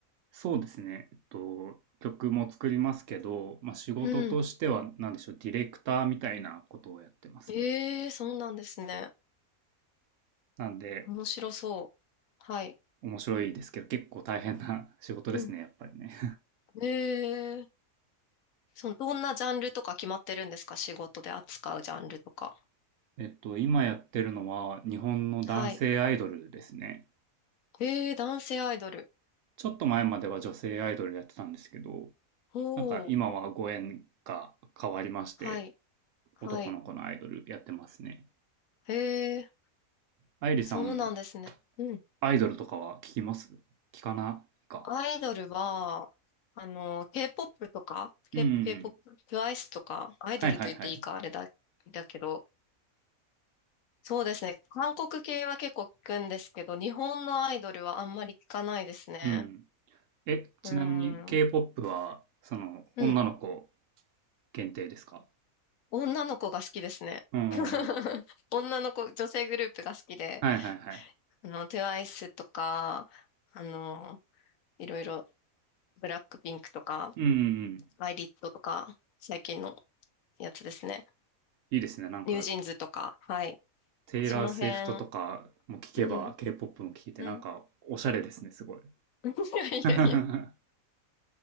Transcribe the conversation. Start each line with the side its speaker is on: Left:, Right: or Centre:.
Right: そうですね、えっと、曲も作りますけど、まあ、仕事としては、
Left: うん。
Right: なんでしょう、ディレクターみたいなことをやってますね。
Left: えー、そうなんですね。
Right: なんで、
Left: 面白そう。はい。
Right: 面白いですけど、結構大変な <laughs> 仕事ですね、
Left: うん。
Right: やっぱりね。
Left: えー、その、どんなジャンルとか決まってるんですか仕事で扱うジャンルとか。
Right: えっと、今やってるのは日本の男性アイドルですね。
Left: はい。えー、男性アイドル。
Right: ちょっと前までは女性アイドルやってたんですけど、
Left: おー、
Right: なんか今はご縁が変わりまして、
Left: はい。はい。
Right: 男の子のアイドルやってますね。
Left: えー、
Right: 愛理さん、
Left: そうなんですね。うん
Right: アイドルとかは聞きます聞かないか。
Left: アイドルは、あの、K-POP とか、K、
Right: うんうん
Left: K-POP、TWICE とか、アイドルと言っていいか、
Right: はいはいはい。
Left: あれだ、だけど、そうですね。韓国系は結構聞くんですけど、日本のアイドルはあんまり聞かないですね。
Right: うん。え、ちなみに
Left: うん。
Right: K-POP
Left: う
Right: は、その、
Left: ん。
Right: 女の子限定ですか
Left: 女の子が好きですね。
Right: うんうんうん。
Left: <laughs> 女の子、女性グループが好きで、
Right: はいはいはい。
Left: あの、TWICE とか、あの、いろいろ、ブラックピンクとか、
Right: うんうんうん。
Left: アイリットとか、最近のやつですね。
Right: いいですね。なんか、
Left: ニュージーンズとか、はい。
Right: テイラー・
Left: その辺、
Right: スウィフトとかも聞けば
Left: うん、
Right: K-POP も聞いてなんかおしゃれですね、
Left: うん。
Right: すごい。
Left: <laughs> いやいやいや。
Right: <laughs>